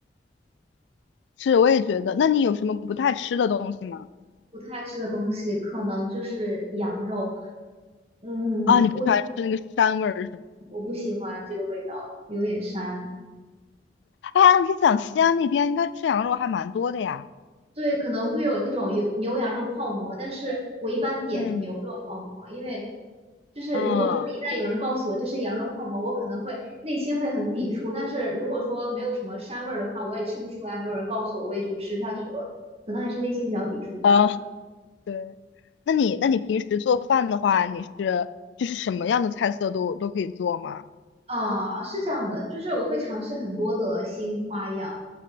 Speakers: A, on the left; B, on the right.
A: 吃也觉得。那你有什么不太吃的东西吗？
B: 不太吃的东西可能就是羊肉，嗯，
A: 啊，你不喜欢吃那个膻味儿是吗？
B: 我我不喜欢这个味道，有点膻。
A: 啊，你讲西安那边应该吃羊肉还蛮多的呀。
B: 对，可能会有那种有牛羊肉泡馍，但是我一般点牛肉泡馍，
A: 嗯，
B: 因为就是如果说一旦有人告诉我这是羊肉泡馍，
A: 嗯，
B: 我可能会内心会很抵触，但是如果说没有什么膻味儿的话，我也吃不出来，没有人告诉我，我也就吃下去了，可能还是内心比较抵触吧。
A: 啊，对，那你那你平时做饭的话，你是就是什么样的菜色都都可以做吗？
B: 啊，是这样的，就是我会尝试很多的新花样，